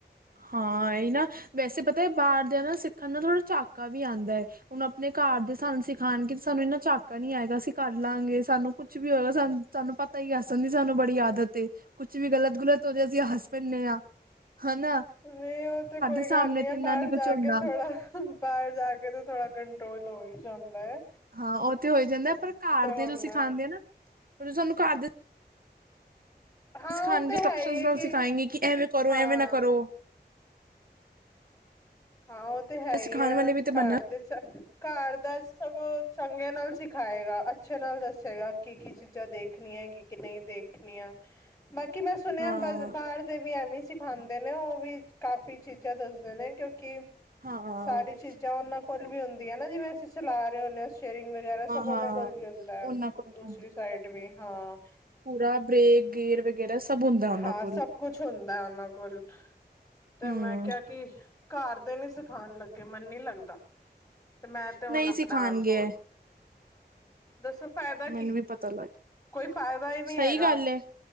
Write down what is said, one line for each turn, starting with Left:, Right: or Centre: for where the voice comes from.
Right: ਹਾਂ, ਐਈ ਨਾ, ਵੈਸੇ ਪਤਾ ਹੈ ਬਾਹਰਦਿਆਂ ਨਾ ਸਿੱਖਣ ਦਾ ਥੋੜਾ ਝਾਕਾ ਵੀ ਆਂਦਾ ਐ‌। ਹੁਣ ਆਪਣੇ ਘਰ ਦੇ ਸਾਨੂੰ ਸਿਖਾਣਗੇ ਸਾਨੂੰ ਇੰਨਾ ਚਾਕਾ ਨੀ ਆਏਗਾ ਅਸੀਂ ਕਰ ਲਾਂਗੇ, ਸਾਨੂੰ ਕੁਛ ਵੀ ਹੋਏਗਾ ਸਾਨ ਤੁਹਾਨੂੰ ਪਤਾ ਹੀ ਆੱਸਣ ਦੀ ਸਾਨੂੰ ਬੜੀ ਆਦਤ ਏ, ਕੁੱਛ ਵੀ ਗਲਤ ਗੁਲਤ ਹੋ ਜੇ ਅਸੀਂ ਹਸ ਪੈਣੇ ਆ। ਹਨਾ।
Left: ਨਹੀਂ ਉਹ ਤੇ ਕੋਈ
Right: ਸਾਹਮਣੇ
Left: ਗੱਲ ਨਹੀਂ
Right: ਤੇ
Left: ਐ,
Right: ਇੰਨਾ
Left: ਬਾਹਰ
Right: ਨੀ ਕੁਛ
Left: ਜਾ
Right: ਹੁੰਦਾ
Left: ਕੇ ਥੋੜਾ ਬਾਰ ਜਾ ਕੇ ਤੇ ਥੋੜਾ ਕੰਟਰੋਲ ਹੋ ਹੀ ਜਾਂਦਾ ਐ।
Right: ਹਾਂ, ਉਹ ਤੇ ਹੋਈ ਜਾਂਦਾ ਪਰ ਘਰ
Left: ਹੁਣ
Right: ਦੇ ਜੋ ਸੀਂਖਾਂਦੇ ਆ ਨਾ ਸਾਨੂੰ ਘਰ ਦੇ
Left: ਹਾਂ
Right: ਸਿੱਖਾਨਗੇ
Left: ਉਹ ਤੇ
Right: ਇੰਸਟਰ੍ਰਕਸ਼ਨ
Left: ਹੈ ਹੀ ਹੈ
Right: ਨਾਲ
Left: ਕਿ
Right: ਸਿਖਾਏਂਗੇ ਕਿ ਐਵੇਂ ਕਰੋ
Left: ਹਾਂ
Right: ਐਵੇਂ ਨਾ ਕਰੋ।
Left: ਹਾਂ ਉਹ ਤੇ ਹੈ ਹੀ
Right: ਸਿਖਾਉਣ
Left: ਐ
Right: ਵਾਲੇ ਵੀ ਤੇ
Left: ਘਰ
Right: ਬਣਨ
Left: ਦੇ ਕਾਰ ਦਾ ਸਗੋ ਚੰਗੇ ਨਾਲ ਸਿਖਾਏਗਾ ਅੱਛੇ ਨਾਲ ਦੱਸੇਗਾ ਕੀ ਕੀ ਚੀਜ਼ਾਂ ਦੇਖ ਦੇਖਣੀ ਹੈਗੀ ਕਿ ਨਹੀਂ ਦੇਖਣੀਆਂ ਬਾਕੀ ਮੈਂ ਸੁਣਿਆ
Right: ਹਾਂ
Left: ਬ ਬਾਰ ਵੀ ਐਵੇਂ ਸਿਖਾਂਦੇ ਨੇ ਉਹ ਵੀ ਕਾਫੀ ਚੀਜ਼ਾਂ ਦੱਸਦੇ ਨੇ ਕਿਉਂਕਿ
Right: ਹਾਂ ਹਾਂ
Left: ਸਾਰੀ ਚੀਜ਼ਾਂ ਉਹਨਾਂ ਕੋਲ ਵੀ ਹੁੰਦੀਆਂ ਨਾ ਜਿਵੇਂ ਅਸੀਂ ਚਲਾ ਰਹੇ ਹੁੰਦੇ ਆਂ। ਸਟੇਰਿੰਗ ਵਗੈਰਾ ਸਭ ਉਹਨੇ
Right: ਹਾਂ
Left: ਕੋਲ ਵੀ ਹੁੰਦਾ,
Right: ਉਹਨਾਂ ਕੋਲ
Left: ਦੂਸਰੀ
Right: ਹੁੰਦੀ
Left: ਸਾਈਡ ਵੀ ਹਾਂ।
Right: ਪੂਰਾ ਬ੍ਰੇਕ ਗੇਅਰ ਵਗੈਰਾ ਸਭ ਹੁੰਦਾ ਉਹਨਾਂ
Left: ਹਾਂ,
Right: ਕੋਲ।
Left: ਸਭ ਕੁਛ ਹੁੰਦਾ ਉਹਨਾਂ ਕੋਲ। ਤੇ
Right: ਹੂੰ।
Left: ਮੈਂ ਕਿਹਾ ਕਿ ਕਰ ਦੇ ਨੀ ਸਿਖਾਣ ਲੱਗੇ ਮੈਨੂੰ ਨੀ ਲੱਗਦਾ। ਤੇ ਮੈਂ ਤੇ ਹੁਣ
Right: ਨਹੀਂ
Left: ਆਪਣਾ
Right: ਸਿਖਾਣਗੇ
Left: ਸ
Right: ਐ
Left: ਦੱਸੋ ਫਾਇਦਾ ਕੀ?
Right: ਮੈਨੂੰ ਵੀ ਪਤਾ ਲੱਗ
Left: ਕੋਈ ਫਾਇਦਾ ਹੀ ਨਹੀਂ
Right: ਸਹੀ
Left: ਹੈਗਾ।
Right: ਗੱਲ ਏ